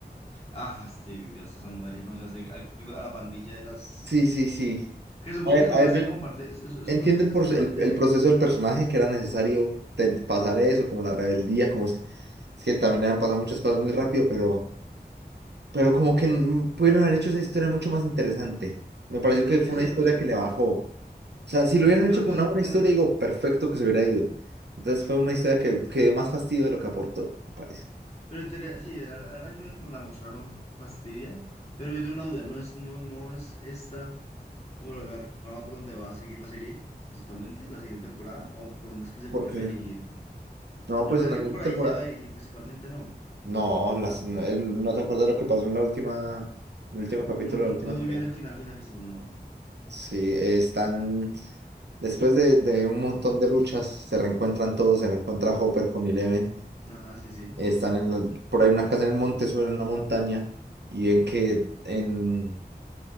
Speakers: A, on the left; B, on the right.
A: Ah, fastidiosa esa mujer que conoce hace a a la pandilla de las...
B: Sí, sí, sí.
A: Que supongo
B: A ver,
A: que eso
B: a
A: va
B: ver,
A: a
B: yo
A: ser como parte... Es, es, es-
B: entiendo
A: es
B: el,
A: casi
B: proce-
A: que
B: el-
A: parte...
B: el proceso del personaje, que era necesario te- pasar eso, como la rebeldía, como es, es que también le han pasado muchas cosas muy rápido, pero, pero como que mm, pudieron haber hecho esa historia mucho más interesante. Me pareció que fue
A: Es
B: una
A: cierto,
B: historia
A: es cierto.
B: que le bajó. O sea, si lo hubieran
A: Pero,
B: hecho con
A: pero,
B: una buena
A: pero,
B: historia, digo, perfecto que se hubiera ido. Entonces fue una historia que, que dio más fastidio de lo que aportó, me parece.
A: pero en teoría- sí, la, la verdad yo creo que como la mostraron fastidia, pero yo tengo una duda, ¿no es, no, no es esta como la, la trama por donde va a seguir la serie, principalmente, la siguiente temporada, o por dónde es que se
B: Porque,
A: piensa dirigir?
B: no,
A: Yo
B: pues
A: pensé
B: en la
A: que
B: segunda
A: por
B: temporada.
A: ahí se iba a dirigir principalmente, ¿no?
B: No, las, no, el- ¿no te acuerdas lo que pasó en la última, el último capítulo
A: No me
B: de la última
A: acuerdo
B: temporada.
A: muy bien del final, finalísimo, no.
B: Sí, eh, están, después de, de un montón de luchas, se reencuentran todos, se reencuentra Hopper con Eleven,
A: Ajá, sí, sí.
B: están en la- por ahí una casa en el monte, suben una montaña y ven que en,